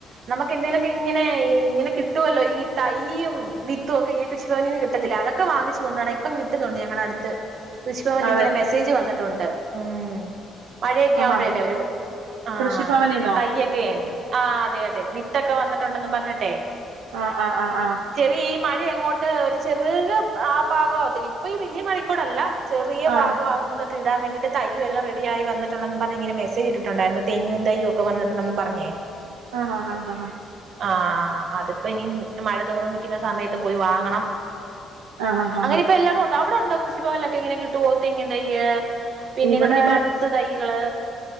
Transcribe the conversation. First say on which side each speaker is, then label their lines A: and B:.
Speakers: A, on the right; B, on the right.
A: നമുക്ക് എന്തേലുമൊക്കെ ഇങ്ങനെ ഇങ്ങനെ കിട്ടുമല്ലോ ഈ തൈയും വിത്തും ഒക്കെ ഇങ്ങനെ കൃഷി. നി കട്ടത്തില്ല അതൊക്കെ വാങ്ങിച്ചു കൊണ്ടാണ് ഇപ്പം കിട്ടുന്നുണ്ട് ഞങ്ങളുടെ അടുത്ത്. കൃഷഭവനില്
B: അതെ
A: ഇങ്ങനെ മെസ്സേജ് വന്നിട്ടുണ്ട് ഉം മഴയൊക്കെ
B: ആഹാ
A: ആവുമ്പോഴല്ലേ ഒരു ആ
B: കൃഷിഭവനിന്നോ
A: തയ്യൊക്കെ ആ അതെ അതെ വിത്തൊക്കെ വന്നിട്ടുണ്ടന്ന് പറഞ്ഞിട്ടെ.
B: ആഹ് ആ ആഹ് ആഹ്
A: ചെറിയ ഈ മഴ എങ്ങോട്ട് ഒരു ചെറിയ ആ പാകം ആവത്തില്ല ഇപ്പൊ ഈ വലിയ. ചെറിയ
B: ആഹ്
A: ഭാഗാവുമ്പോതൊട്ട് ഇടാൻ വേണ്ടിട്ട് തയ്യുവെല്ലാം റെഡിയായി വന്നിട്ടുണ്ടെന്ന് പറഞ്ഞ് ഇങ്ങനെ മെസേജ് ഇട്ടിട്ടുണ്ടായിരുന്നു. തെങ്ങും തയ്യും ഒക്കെ വന്നിട്ടുണ്ടന്ന് പറഞ്ഞേ.
B: ആഹ് ആഹ് ആഹ് ആഹ് ആഹ്
A: ആഹ് അതിപ്പ ഇനിം മഴ തോന്ന് നിൽക്കുന്ന സമയത്ത് പോയി വാങ്ങണം
B: ആഹ് ആഹ്
A: അങ്ങനെ
B: ആഹ്
A: ഇപ്പൊ എല്ലായിടും ഉണ്ട് അവിടെ ഉണ്ടോ. ലൊക്കെ ഇങ്ങനെ കിട്ടോ തെങ്ങിൻ തയ്യ് പിന്നെ
B: ഇവിടെ
A: നമ്മുടെ ഈ ബഡ്സ് തൈയ്കള്.